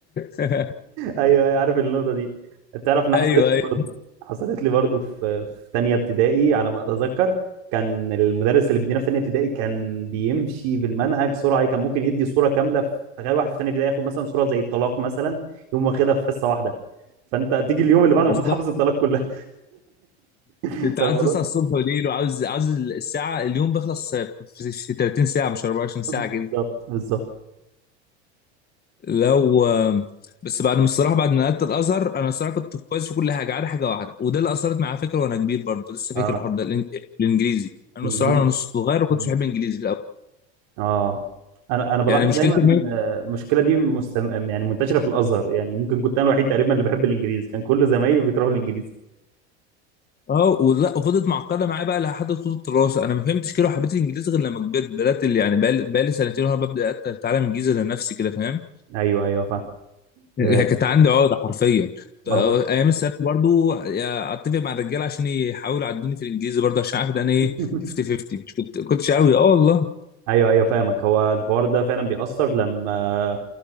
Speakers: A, on the left; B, on the right.
A: <laughs>
B: ايوه ايوه عارف النقطة دي تعرف ان
A: ايوه
B: حصلت لي
A: ايوه
B: برضه حصلت لي برضه في في تانية ابتدائي على ما اتذكر كان المدرس اللي بيدينا في تانية ابتدائي كان بيمشي بالمنهج سرعة كان ممكن يدي صورة كاملة في تخيل واحد في تانية ابتدائي ياخد مثلا صورة زي الطلاق مثلا يقوم واخدها في حصة واحدة فانت تيجي اليوم اللي بعده
A: اصدر
B: المفروض حافظ الطلاق كلها <laughs>
A: انت
B: فالموضوع
A: عاوز تصحى الصبح وليل وعاوز عاوز الساعه اليوم بيخلص في في 30 ساعه مش 24 ساعه
B: بالظبط
A: كده
B: بالظبط
A: لو بس بعد ما الصراحه بعد ما نقلت الازهر انا الصراحه كنت كويس في كل حاجه عارف حاجه واحده وده اللي اثرت معايا فكره وانا كبير برضه لسه
B: اه
A: فاكر الحوار ده الإنج- الانجليزي انا
B: انجليزي
A: الصراحه وانا صغير ما
B: مم.
A: كنتش بحب الانجليزي في الاول
B: اه انا انا بلاحظ
A: يعني مشكلتي
B: دايما
A: ان أنا-
B: آه، المشكله دي مستم... يعني منتشره في الازهر يعني ممكن كنت انا الوحيد تقريبا اللي بحب الانجليزي كان كل زمايلي بيكرهوا الانجليزي
A: اه ولا وفضلت معقده معايا بقى لحد طول الدراسه انا ما فهمتش كده وحبيت الانجليزي غير لما كبرت بدات اللي يعني بقى لي سنتين وانا ببدا أت- اتعلم انجليزي لنفسي كده فاهم
B: ايوه ايوه فاهم آه،
A: هي كانت عندي عقده حرفيا
B: ما هو
A: ايام الثانوي برضو اتفق مع الرجاله عشان يحاولوا يعدوني في الانجليزي برضو عشان عارف ان انا ايه
B: <laughs>
A: 50 50 مش كنت كنتش قوي اه والله
B: ايوه ايوه فاهمك هو الحوار ده فعلا بيأثر لما